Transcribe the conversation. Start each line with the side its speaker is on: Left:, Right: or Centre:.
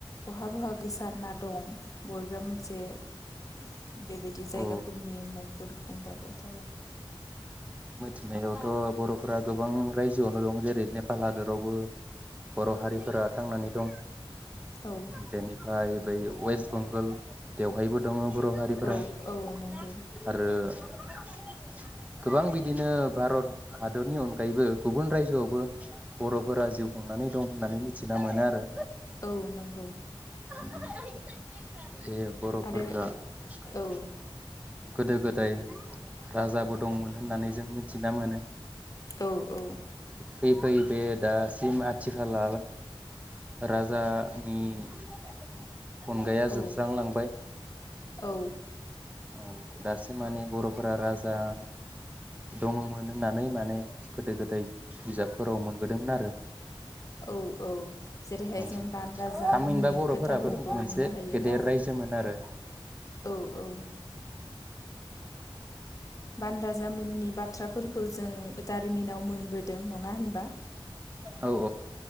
Left: बहा बहा गोसो सारना दं बबेबा मोनसे। बेबायदि जायगाफोरनि
Right: औ
Left: मुंफोर बुंबाबो जाबाय <inaudible>
Right: फैनाययावथ' बर'फोरा गोबां रायजोआवनो दं जेरै नेपाल हादरावबो बर' हारिफोरा थांनानै दं।
Left: औ
Right: बेनिफ्राय बै वेस्ट बेंगलावहायबो दङ। बर हारिफोरा।
Left: औ औ
Right: <inaudible>
Left: नंगौ
Right: आरो। ओ गोबां बिदिनो भारत हादरनि अनगायैबो गुबुन रायजोआवबो बरफोरा जिउ खुंनानै दं होननानै मिथिना मोनो आरो।
Left: औ नंगौ
Right: <inaudible> जे बर'फोरजों
Left: आरो
Right: उ
Left: औ
Right: <inaudible> गोदो गोदाय राजाबो दंमोन होननानै जों मिथिना मोनो।
Left: औ-औ।
Right: फैयै-फैयै बे दासिम आथिखलाव राजानि अनग्राया
Left: औ
Right: जोबस्रांलांबाय।
Left: औ
Right: औ दासिम माने बर'फोरा राजा दङमोन होननानै माने गोदो-गोदाय बिजाबफोराव मोनबोदोंमोन आरो।
Left: औ औ जेरैहाय
Right: औ
Left: जों बान राजामोननि
Right: थामहिनबा बर'फोराबो
Left: खोथाफोरखौ
Right: मोनसे
Left: बुंनो हायो
Right: गेदेर
Left: ना
Right: रायजोमोन आरो
Left: औ औ। बान राजामोननि बा बाथ्राफोरखौ जों जारिमिनाव मोनबोदों नङा होनबा?
Right: औ